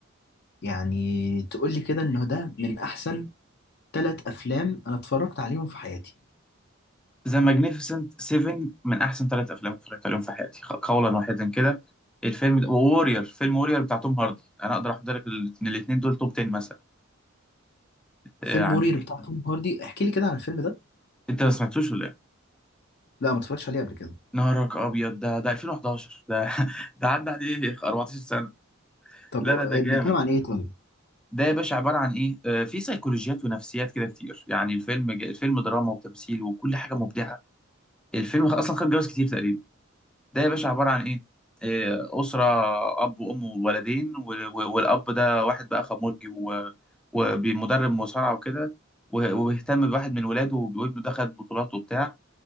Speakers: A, on the left; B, in the centre.
A: يعني تقول لي كده إنه ده من أحسن ثلاث أفلام أنا اتفرجت عليهم في حياتي
B: ذا ماجنيفيسنت 7 من احسن ثلاث افلام اتفرجت عليهم في حياتي خ- قولا واحدا كده الفيلم ده وورير فيلم وورير بتاع توم هاردي انا اقدر احط لك الاثنين دول توب 10 مثلا آه،
A: فيلم
B: يعني
A: مرير بتاع توم هاردي احكي لي كده عن الفيلم ده
B: انت ما سمعتوش ولا ايه؟
A: لا ما اتفرجتش عليه قبل كده
B: نهارك ابيض ده ده 2011 ده <laughs> ده عدى عليه 14 سنه
A: طب
B: لا
A: آه،
B: لا ده
A: بيتكلم
B: جامد
A: عن إيه طيب
B: ده يا باشا عباره عن ايه؟ آه، في سيكولوجيات ونفسيات كده كتير يعني الفيلم الفيلم دراما وتمثيل وكل حاجه مبدعه الفيلم اصلا خد جوائز كتير تقريبا ده يا باشا عبارة عن إيه؟ إيه، أسرة أب وأم وولدين وال- و- والأب ده واحد بقى خمرجي و- ومدرب مصارعة وكده و- وبيهتم بواحد من ولاده وابنه ده خد بطولات وبتاع